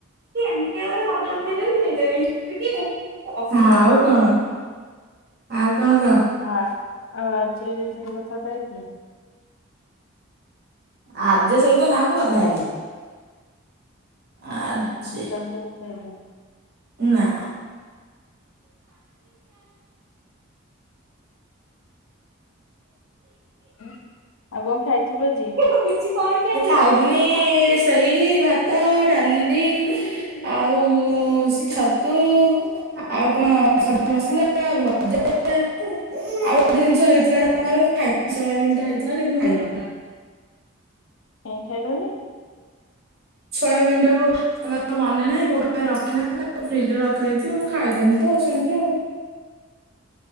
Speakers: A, on the right (about 50°); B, on the left (about 85°).
A: କି ଏମିତିଆ ଗୋଟେ ଫୋଟୋ ଉଠେଇଦେବି ଦେଇଦେବି ଆଉ
B: କହ ଆ
A: କଣ ଆଉ କଣ କହ?
B: ହଁ ଆଯ ଆଉ ଆର୍ଯ୍ୟ ଦେଇ ସହିତ କଥାବାର୍ତ୍ତା ହେଇଥିଲ?
A: ଆର୍ଯ୍ୟ ସହିତ ନା ମୁଁ କଥା ହେଇନି। ଆଜି
B: ଓ ହଁ ଅଙ୍କିତା ସହିତ କଥା ହେଇଚ?
A: ନା।
B: ଉଁ ଆଉ କଣ ଖାଇଥିଲୁ ଆଜି?
A: ମୁଁ ଖାଇଥିଲି ସେଇ ଭାତ ଡାଲି ଆଉ ସେଇ ଛତୁ ଆଉ କଣ ସତୁ ମସଲା ଭଜା ଆଉ ଗୋଟେ ଜିନିଷ ହେଇଥିଲା ଯେ ଆମ ଘରେ ମୁଁ ଖାଇନି ସୋୟାବିନ୍ ଟା ହେଇଥିଲା ଯେ କିନ୍ତୁ ମୁଁ ଖାଇନି। <inaudible>
B: କାଇଁ ଖାଇଲନି?
A: ସୋୟାବିନ୍ ଟାକୁ ତାଙ୍କର ମନେ ନାହିଁ ମୋ ପାଇଁ ରଖିନାହାଁନ୍ତି ଫ୍ରିଜରେ ରଖିଦେଇଥିଲୁ ମୁଁ ଖାଇଦେନି ତ ସେମିତି ଆଉ।